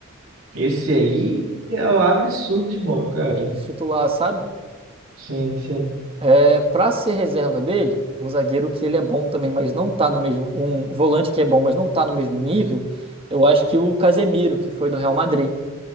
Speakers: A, on the right (about 85°); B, on the right (about 25°).
A: Esse aí é um absurdo de bom, cara.
B: de titular, sabe?
A: Sim, sim.
B: É para ser reserva dele, um zagueiro que ele é bom também, mas não tá no mesmo, um volante que é bom, mas não tá no mesmo nível. Eu acho que o Casemiro, que foi do Real Madrid.